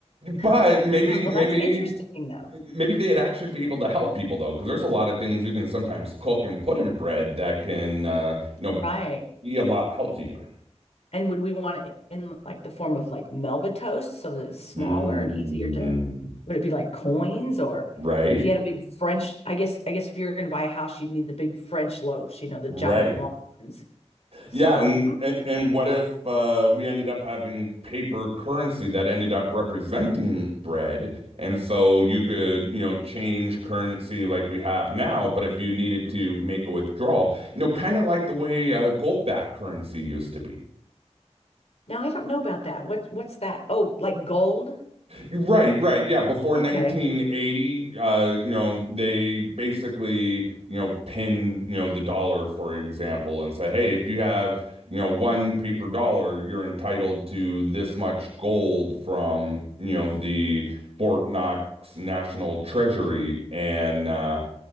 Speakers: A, on the right; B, on the left.
A: But
B: Oh,
A: maybe,
B: wow. Well,
A: maybe,
B: that's <laughs> interesting, though.
A: maybe they'd actually be able to help people though, because there's a lot of things you can sometimes cook and put in bread that can, uh, you know,
B: Right.
A: be a lot healthier.
B: And would we want it in like the form of like Melba toast so that it's smaller
A: Mm,
B: and easier to, would it be like coins or
A: right.
B: if you had a big French, I guess, I guess if you're going to buy a house, you'd need the big French loaves, you know, the
A: Right.
B: giant long ones. So
A: Yeah, and
B: hmm,
A: and what if uh, we ended up having paper currency that ended up representing bread, and so you could, you know, change currency like we have now, but if you needed to make a withdrawal, you know, kind of like the way uh, gold-backed currency used to be.
B: now I don't know about that. What's what's that? Oh, like gold?
A: Right, right. Yeah, before
B: Okay.
A: 1980, uh, you know, they basically, you know, pinned, you know, the dollar, for example, and said, hey, if you have, you know, one paper dollar, you're entitled to this much gold from, you know, the Fort Knox National Treasury. And uh,